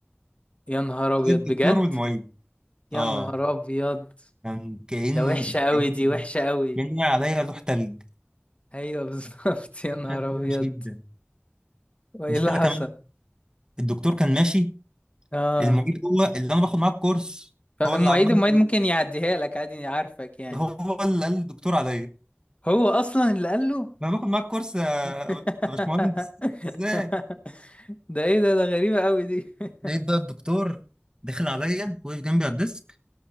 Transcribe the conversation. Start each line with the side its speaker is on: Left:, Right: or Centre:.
Left: يا نهار ابيض
Right: عليا الدكتور
Left: بجد
Right: والمعيد
Left: يا
Right: اه
Left: نهار ابيض
Right: كان كأن
Left: ده وحشة قوي
Right: كأن
Left: دي وحشة قوي
Right: كأن عليا لوح تلج
Left: ايوه بالظبط <laughs> يا نهار
Right: عشان كده
Left: ابيض
Right: وحش جدا
Left: وايه
Right: المشكلة
Left: اللي حصل
Right: كمان الدكتور كان ماشي
Left: اه
Right: المعيد هو اللي انا باخد معاه الكورس
Left: طب
Right: هو
Left: المعيد
Right: اللي عمال
Left: المعيد ممكن يعديها لك عادي عارفك يعني
Right: هو اللي قال للدكتور عليا
Left: هو اصلا اللي قال له
Right: انا باخد معاه الكورس يا يا
Left: <laughs>
Right: باشمهندس ازاي
Left: ده ايه ده ده غريبة قوي دي <laughs>
Right: لقيت بقى الدكتور دخل عليا وقف جنبي على الديسك